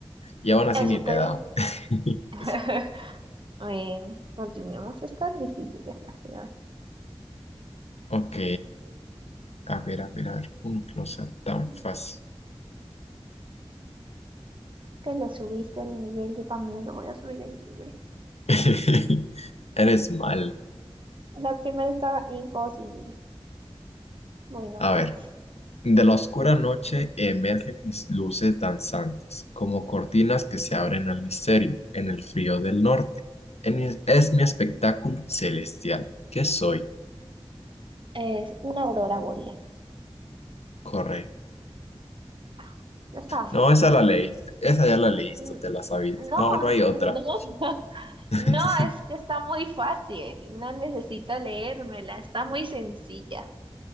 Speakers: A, on the left; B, on the right.
A: Y aún así
B: Eso
A: ni le
B: te
A: he dado.
B: dije.
A: <laughs>
B: <laughs> Bueno, continuemos. Están difíciles las de
A: Ok. A ver, a ver, a ver. Uno que no sea tan
B: hoy.
A: fácil.
B: Que le subiste el nivel, yo también le voy a subir el nivel.
A: <laughs> Eres mala.
B: La primera estaba imposible. Bueno,
A: A
B: pues
A: ver. De la oscura noche emergen mis luces danzantes, como cortinas que se abren al misterio, en el frío del norte. En mi- es mi espectáculo celestial. ¿Qué soy?
B: es una aurora boreal.
A: Corre.
B: Ah, no estaba sencilla.
A: No, esa la leíste, esa ya la leíste,
B: Mm,
A: te la sabías.
B: No,
A: No, no hay otra.
B: no, <laughs>
A: <laughs>
B: no, es que está muy fácil. No necesito leérmela, está muy sencilla.